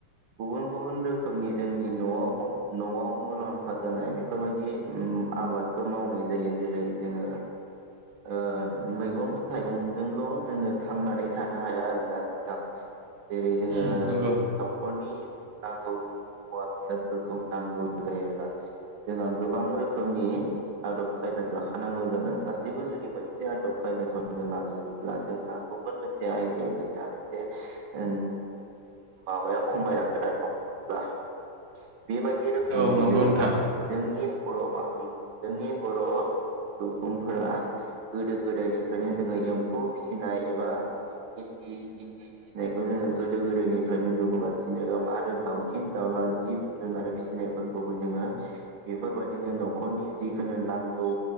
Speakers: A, on the right; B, on the right.
A: गुबुन-गुबुन रोखोमनि जोंनि न'आव न'आव मुलाम्फा जानाय बेफोरबायदि उम आबादफोर मावनाय जायो। जेरै-जोंङो ओ मैगं थाइगंजोंल' जोंङो थांनानै थानो हाया आरो। <unintelligible> नोंथां जेरै जोंङो
B: उम नंगौ
A: न'खरनि नांगौ मुवा बेसादफोरखौ नांगौ जायोब्ला जोंहा गोबां रोखोमनि आदब खायदा लाखानांगौ जागोन गासैबो जुदि मोनसे आदब खायदाखौ लाजोबोब्ला जोंहा गुबुन मोनसे आयदायाव जों या मोनसे ओन माबाया खमायनांगोन आरो नंङा होमब्ला? बेबायदि रोखोमैनो
B: औ नंगौ
A: जोंङो
B: नोंथां
A: जोंनि बर'आ हुम जोंनि बर' सुबुंफोरा गोदो गोदायनिफ्रायनो जोंङो एम्फौ फिसिनाय एबा इन्दि इन्दि फिसिनायखौ जोङो गोदो गोदायनिफ्रायनो नुबोगासिनो दं आरो दावसिन दाउला जिब जुनार फिसिनायफोरखौबो जोङो बेफोरबायदिनो नख'रनि जिखुनु नांगौ